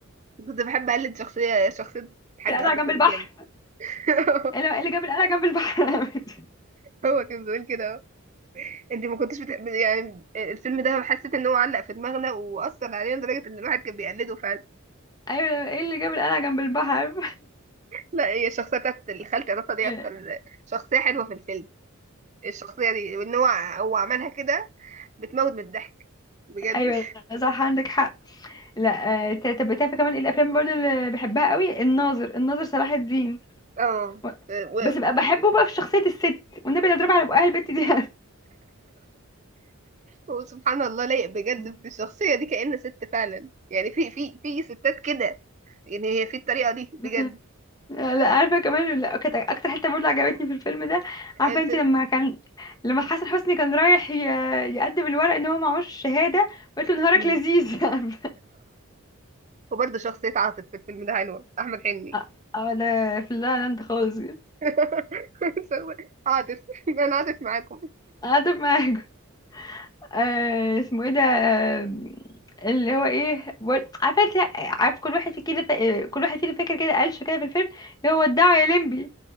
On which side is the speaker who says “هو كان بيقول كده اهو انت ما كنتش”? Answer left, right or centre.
Right